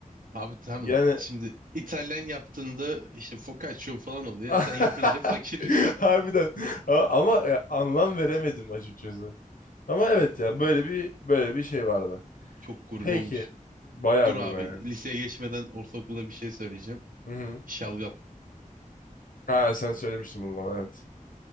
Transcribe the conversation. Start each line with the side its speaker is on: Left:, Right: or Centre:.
Right: Abi tamam
Left: Yani
Right: şimdi İtalyan yaptığında işte focaccia falan oluyor.
Left: <laughs>
Right: Sen yapınca fakir <laughs>
Left: harbiden A- ama e, anlam veremedim açıkçası. Ama evet
Right: yok
Left: ya böyle
Right: yok.
Left: bir böyle bir şey vardı.
Right: Çok gurme
Left: Peki.
Right: olmuş.
Left: Bayağı
Right: Dur
Left: gurme
Right: abi
Left: yani.
Right: liseye geçmeden ortaokula bir şey söyleyeceğim.
Left: Hı hı.
Right: Şalgam.
Left: Ha, sen söylemiştin bunu bana evet.